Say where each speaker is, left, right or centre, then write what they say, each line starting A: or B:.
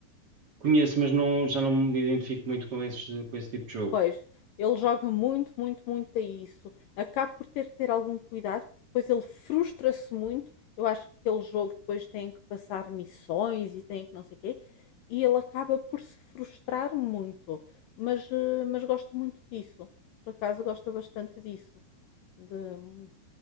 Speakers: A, on the right; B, on the left.
A: Conheço, mas não, já não me identifico muito com esse, com esse tipo de jogo.
B: Pois, ele joga muito, muito, muito a isso. Acaba por ter que ter algum cuidado, porque depois ele frustra-se muito. Eu acho que aquele jogo depois tem que passar missões e tem que não sei o quê, e ele acaba por se frustrar muito. Mas, eh, mas gosta muito disso. Por acaso gosta bastante disso, de-